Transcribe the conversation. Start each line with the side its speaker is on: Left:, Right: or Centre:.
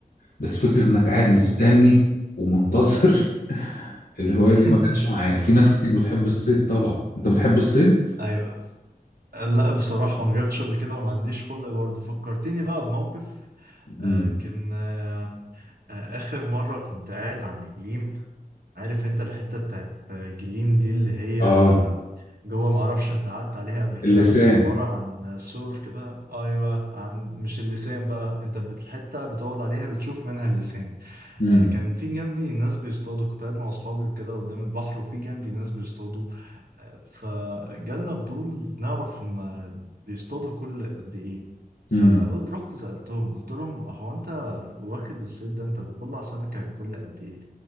Left: بس فكرة إنك قاعد
Right: أف-
Left: مستني ومنتظر <laughs> الهواية
Right: <laughs>
Left: دي ما جاتش معايا في ناس كتير بتحب الصيد طبعا أنت بتحب الصيد؟
Right: ايوه لا بصراحة ما جربتش قبل كده وما عنديش خلق برضه فكرتني بقى بموقف
Left: مم.
Right: آه، يمكن آه، آه، آخر مرة كنت قاعد عند جليم عارف انت الحتة بتاعت آه، جليم دي اللي هي
Left: آه
Right: جوه ما اعرفش انت قعدت عليها قبل كده
Left: اللسان
Right: بس عبارة عن سور كده ايوه عن مش اللسان بقى انت بت- الحتة بتقعد عليها بتشوف منها اللسان
Left: مم.
Right: آه، كان في جنبي ناس بيصطادوا كنت قاعد مع اصحابي وكده قدام البحر وفي جنبي ناس بيصطادوا فجالنا فضول نعرف هم بيصطادوا كل قد ايه فقلت
Left: مم.
Right: رحت سألتهم قلت لهم هو انت واخد الصيد ده انت بتطلع سمكة كل قد ايه